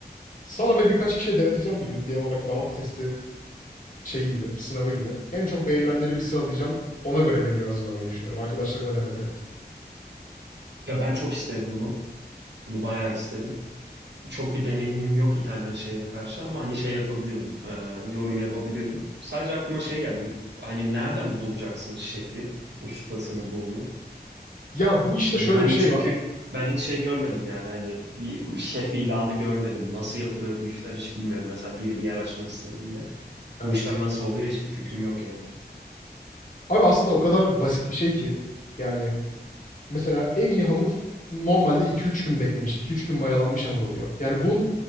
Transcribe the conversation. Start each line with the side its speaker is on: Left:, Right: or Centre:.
Left: Sana ve birkaç kişiye deneteceğim bir gün. Genel olarak damak testi şeyi gibi, sınavı gibi. En çok beğenilenleri bir sıralayacağım. Ona göre menüyü hazırlamayı düşünüyorum arkadaşlarıma deneterek.
Right: Ya ben çok isterim bunu. Bunu bayağı isterim. Çok bir deneyimim yok İtalyan şeyine karşı ama hani şey yapabilirim. e, yorum yapabilirim. Sadece aklıma şey geldi. Hani nereden bulacaksın şefi, ustasını, bunu?
Left: Ya bu işte şöyle
Right: Hani
Left: bir şey
Right: çünkü
Left: var.
Right: ben hiç şey görmedim yani hani bir şef ilanı görmedim. Nasıl yapılıyor bu işler hiç bilmiyorum. Mesela biri bir yer açmak istediğinde
Left: Evet.
Right: bu işler nasıl oluyor hiçbir fikrim yok yani.
Left: Abi aslında o kadar basit bir şey ki. Yani mesela en iyi hamur normalde iki üç gün beklemiş, iki üç gün mayalanmış hamur oluyor. Yani bunun